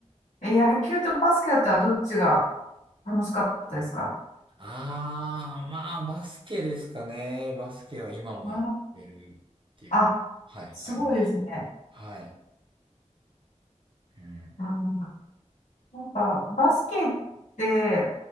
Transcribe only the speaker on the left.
え、え野球とバスケだったらどっちが楽しかったですか
あああ、
すごいですね。
あの、なんか、バスケって、